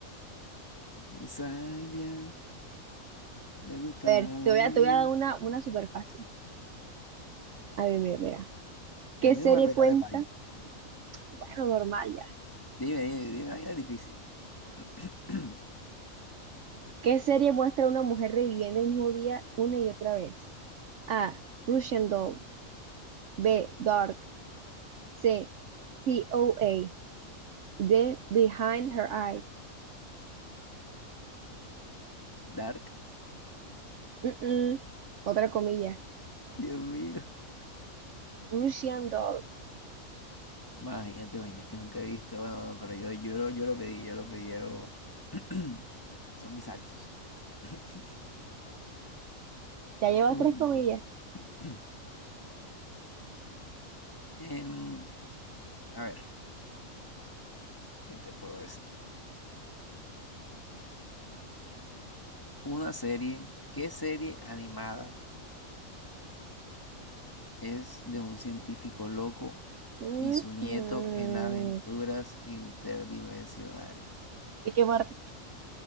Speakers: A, on the left; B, on the right.
A: Mi sabia, le gusta
B: A
A: la
B: ver,
A: labia.
B: te voy a, te voy a dar una, una súper fácil. A ver, mira, mira.
A: A
B: ¿Qué
A: mí
B: serie
A: no me regales
B: cuenta?
A: vaina.
B: Bueno, normal ya.
A: Dime, dime, dime, vaina difícil. <clears throat>
B: ¿Qué serie muestra a una mujer reviviendo el mismo día una y otra vez? A. Russian Doll. B. Dark. C. T O A D. Behind Her Eyes.
A: Dark
B: Mm, mm. Otra comilla.
A: Dios mío.
B: Russian Doll.
A: Imagínate vainas que nunca he visto. Bueno, bueno, pero yo, yo, lo, yo lo pedí, yo lo pedí. hago- <clears throat> Son mis actos. <laughs>
B: Ya llevas
A: Uy,
B: tres
A: no.
B: comillas.
A: <clears throat> Em, a ver, ¿qué te puedo decir? Una serie, ¿qué serie animada es de un científico loco
B: Mm,
A: y su nieto
B: mm.
A: en aventuras interdimensionales?
B: Ricky Martin.